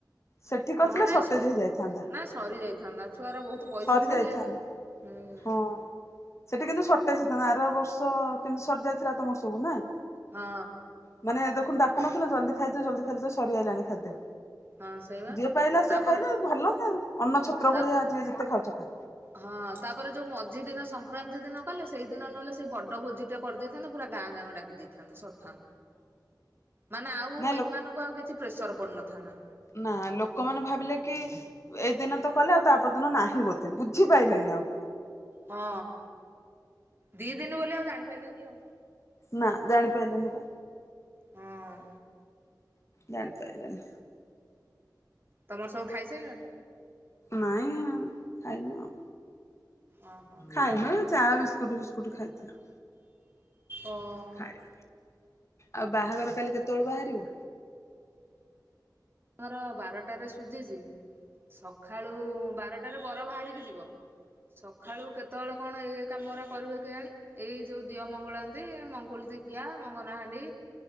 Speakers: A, on the left; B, on the right.
A: ସେଠି କରିଥିଲେ
B: ହଁ ନାଇଁ
A: ସର୍ଟେଜ
B: ସ
A: ହେଇଯାଇଥାନ୍ତା।
B: ନାଇଁ ସରି ଯାଇଥାନ୍ତା ଛୁଆଗୁରା ବହୁତ ପଇସା
A: ସରି
B: ସାରିଲେ
A: ଯାଇଥାନ୍ତା
B: ହୁଁ।
A: ହଁ। ସେଠି କିନ୍ତୁ ସଟେଜ ହେଇଥାନ୍ତା ଆର ବର୍ଷ କେମିତି ସରି ଯାଇ ଥିଲା ତମର ସବୁ ନା।
B: ହଁ।
A: ମାନେ ଦେଖୁନୁ ଡାକୁନଥିଲେ ଜଲଦି ଖାଇଦିଅ ଜଲଦି ଖାଇଦିଅ ସରିଆଇଲାଣି ଖାଦ୍ୟ।
B: ହଁ ସେଇବା
A: ଯିଏ ପାଇଲା
B: ତାପରେ
A: ସିଏ ଖାଇଲା ଆଉ ଭଲ ନାଆ ଅନ୍ନଛତ୍ର
B: ତା
A: ଭଳିଆ ଯିଏ ଯେତେ ଖାଉଛ ଖା।
B: ହଁ ତାପରେ ଯୋଉ ମଝି ଦିନ ସଂକ୍ରାନ୍ତି ଦିନ କଲେ ସେଇଦିନ ନହଲେ ସେ ବଡ଼ ଭୋଜିଟେ କରିଦେଇଥାନ୍ତେ ପୁରା ଗାଁ ଯାକ ଡାକି ଦେଇଥାନ୍ତେ। ସ ହଁ ମାନେ ଆଉ
A: ନାଇଁ ଲୋ
B: ଏମାନଙ୍କୁ ଆଉ କିଛି ପ୍ରେସର ପଡିନଥାନ୍ତା।
A: ନା ଲୋକମାନେ ଭାବିଲେ କି ଏଇ ଦିନ ତ କଲେ ଆଉ ତାପର ଦିନ ନାହିଁ ବୋଧେ ବୁଝିପାରିଲେନି। <unintelligible>
B: ହଁ ଦି ଦିନ୍ ବୋଲି ଆଉ ଜାଣି ପାରିଲେନି ଆଉ।
A: ନା ଜାଣିପାଇଲେନି ବା
B: ହଁ
A: ଜାଣି ପାଇଲିନି
B: ତମର ସବୁ ଖାଇସାଇଲଣି?
A: ନାଇଁ ଆଉ ଖାଇନୁ ଆଉ।
B: ଓହୋ
A: ଖାଇନୁ ଏ ଚା ବିସ୍କୁଟ ଫିସ୍କୁଟ ଖାଇଥିଲୁ।
B: ଓଁ।
A: ଖାଇନୁ। ଆଉ ବାହାଘର କାଲି କେତେବେଳୁ ବାହାରିବୁ?
B: ତମର ବାରଟାରେ ସୁଝିଛି ସଖାଳୁ ବାର ବର ବାହାରିକି ଯିବ, ସଖାଳୁ କେତେବେଳେ କଣ ଏ କାମଗୁରା କରିବେ କେଜାଣି ଏଇ ଯୋଉ ଦିଅ ମଙ୍ଗୁଳାନ୍ତି, ମଙ୍ଗୁଳିତି ଖିଆ, ମଙ୍ଗନହାଣ୍ଡି